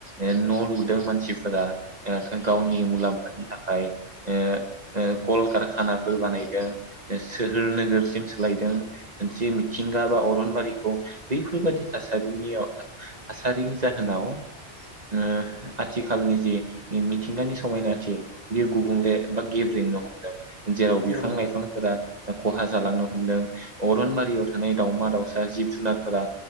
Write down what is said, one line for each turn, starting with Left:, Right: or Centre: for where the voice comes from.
Right: ओ न' लुदों मानसिफोरा ओ गावनि मुलामफ नि थाखाय ओ ओ कल कारखानाफोर बानायदों सोहोर नोगोरसिम सोलायदों मोनसे मिथिंगा बा अरनबारिखौ बैफोरबादि थासारिनियाव थासारिनि जाहोनाव ओ आथिखालनि जि मिथिंगानि समायना' ए बेयो गुबुंले बा गिफ्ट ज्रिननो हमदों जेराव बिफां
Left: औ उम
Right: लाइफांफोरा खहा जालांनो हमदों अरनबारियाव
Left: औ
Right: थानाय दाावमा दाउसा जिब जुनारफोरा